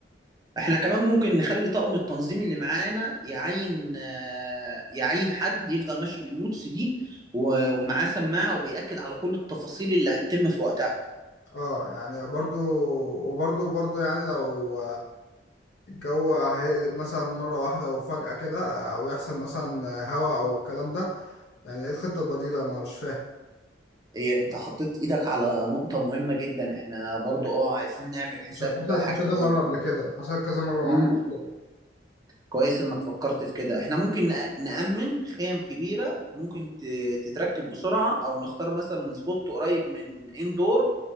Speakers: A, on the right; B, on the left.
A: احنا كمان ممكن نخلي طاقم التنظيم اللي معانا يعين آه، يعين حد يفضل ماشي بالنوتس دي و- ومعاه سماعة وبيأكد على كل التفاصيل اللي هتتم في وقتها
B: اه يعني برضو وبرضو برضو يعني لو الجو هيقلب مثلا مرة واحدة وفجأة كده أو يحصل مثلا هوا أو الكلام ده يعني إيه الخطة البديلة ما مش فاهم
A: إيه انت حطيت ايدك على نقطة مهمة جدا احنا برضو
B: آه.
A: اه عايزين نعمل حساب
B: عشان حصلت
A: حاجة
B: كذا
A: زي
B: مرة قبل
A: كده
B: كده حصلت كذا مرة معانا
A: مم.
B: قبل كده
A: كويس انك فكرت في كده احنا ممكن نأ- نأمن خيم كبيرة ممكن ت- تتركب بسرعة او نختار مثلا سبوت قريب من اندور